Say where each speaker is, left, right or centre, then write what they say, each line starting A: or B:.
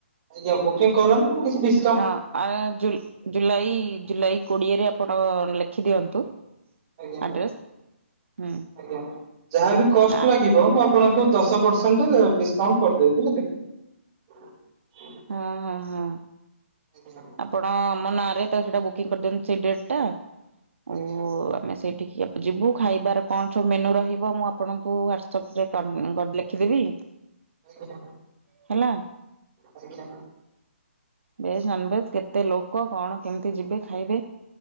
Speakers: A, on the right; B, on the right.
A: ଆଜ୍ଞା ବୁକିଂ କରନ୍ତୁ। ମୁଁ କିଛି ଡି
B: ହଁ ଆ- ଜୁଲ ଜୁଲାଇ ଜୁଲାଇ କୋଡିଏରେ ଆପଣ ଲେଖି ଦିଅନ୍ତୁ।
A: ଆଜ୍ଞା
B: ଆଡ୍ରେସ
A: ଆଜ୍ଞା
B: ହୁଁ।
A: ଆଜ୍ଞା। ଯାହାବି କଷ୍ଟ
B: ଆଡ୍
A: ଲାଗିବ। ମୁଁ ଆପଣଙ୍କୁ ଦଶ
B: ହଁ
A: ପରସେଣ୍ଟ ଡିସକାଉଣ୍ଟ କରିଦେବି ବୁଝିଲେ କି?
B: ହଁ ହଁ ହଁ।
A: ଆଜ୍ଞା
B: ଆପଣ ଆମ ନାଁରେ ତ ସେଇଟା ବୁକିଂ କରିଦିଅନ୍ତୁ ସେଇ ଡେଟ ଟା।
A: ଆଜ୍ଞା
B: ଓ ଆମେ ସେଇଠିକି ଯିବୁ ଖାଇବାର କଣ ସବୁ ମେନୁ ରହିବ। ମୁଁ ଆପଣଙ୍କୁ ହ୍ୱାଟ୍ସଅପ ରେ କରି ଲେଖିଦେବି।
A: ଆଜ୍ଞା।
B: ହେଲା।
A: ଆଜ୍ଞା।
B: ଭେଜ ନନ ଭେଜ କେତେ ଲୋକ କଣ କେମିତି ଯିବେ ଖାଇବେ?